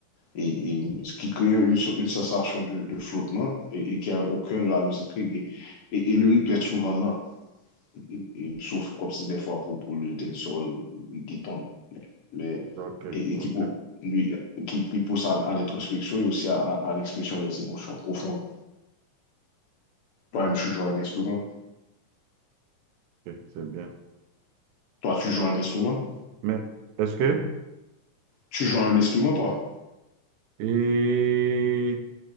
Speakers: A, on the left; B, on the right.
A: Et, et ce qui crée une, so- une sensation de, de flottement et, et qui est au cœur de la musique. Et, et, et le rythme est souvent lent, Et- et- et sauf comme si des fois pour, pour le dead soul, le guitar. mais
B: Ok,
A: et,
B: ok,
A: et qui, pou- lui, qui, qui pousse à, à l'introspection et aussi à, à- à l'expression des émotions profondes. Toi-même, tu joues à un instrument.
B: ok, c'est bien.
A: Toi, tu joues à un instrument.
B: Mais est-ce que,
A: Tu joues à un instrument, toi.
B: et,